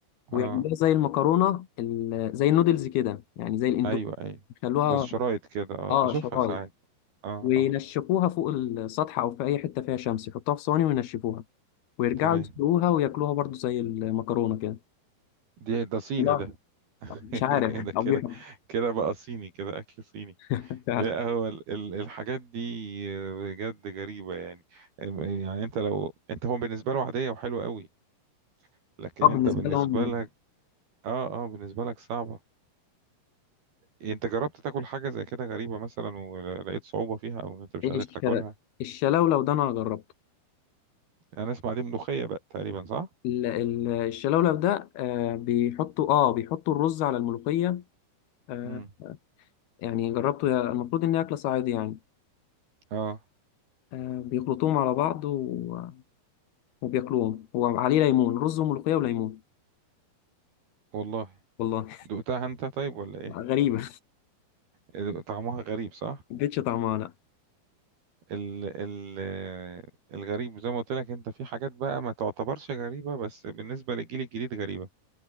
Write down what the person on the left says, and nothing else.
ويعملوها زي المكرونة ال- زي النودلز كده يعني زي الاندومي
يخلوها
اه
شرايط
وينشفوها
فوق السطح أو في أي حتة فيها شمس يحطوها في صواني وينشفوها ويرجعوا
يسلقوها وياكلوها برضو زي المكرونة كده
لا
مش عارف
أبيهم
مش عارف
اه بالنسبة
لهم
إيه
الش-
الشلولو ده أنا جربته
ال- ال- الشلولب ده آه، بيحطوا اه بيحطوا الرز على الملوخية آه،
يعني جربته يا- المفروض ان هي اكلة صعيدي يعني
آه، بيخلطوهم على بعض و- وبياكلوهم وعليه ليمون رز وملوخية وليمون
والله
<laughs> غريبة
ما اديتش طعمها لا